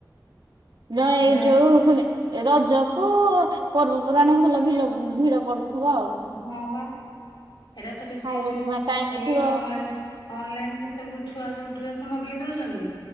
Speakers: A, on the right; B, on the left.
A: ନ ଏ
B: ଏଇଟା
A: ଯଉ ଏ ରଜକୁ ପର୍ବପର୍ବାଣ ଭଲ ଭ ଭିଡ ପଡୁଥିବ ଆଉ।
B: ହଁ ବା ଏଇଟା ତ ବେଶୀ
A: ଖାଇବା
B: ଯୋଉ
A: ପିଇବା ଟାଇମ୍
B: ଏଇ
A: ଥିବ
B: ଅନଲାଇନ ଅନଲାଇନ ରେ ସବୁ ଛୁଆ ଯୋଉ ଡ୍ରେସ ମଗେଇ ଦଉଛନ୍ତି